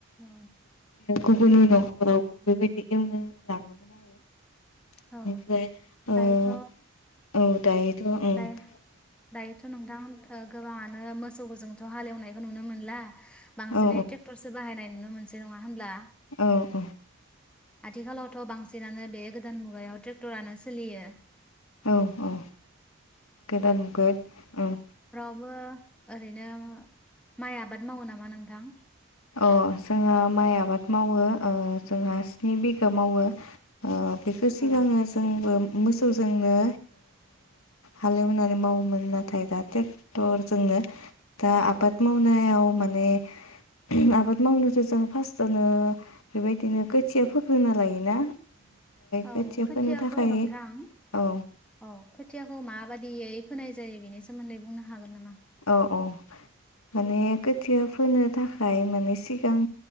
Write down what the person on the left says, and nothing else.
औ गुबुननि न'खरावबो बेबायदि एवनो लाङोमोन
आरो।
बेनिफ्राय औ दायोथ'
औ
औ औ।
औ औ गोदान मुगायाव औ।
अ जोंहा माइ आबाद मावो जोंहा स्नि बिगा मावो बेखौ सिगाङो
जोंबो। मोसौजोंनो हालेवनानै मावोमोन नाथाय दा ट्रेक्टरजोंनो दा आबाद मावनायाव माने आबाद मावनोथ' जों फारसथावनो बेबायदिनो खोथिया फोग्रोना लायोना
खोथिया
फोनो थाखाय
औ
औ औ माने खोथिया फोनो थाखाय माने सिगां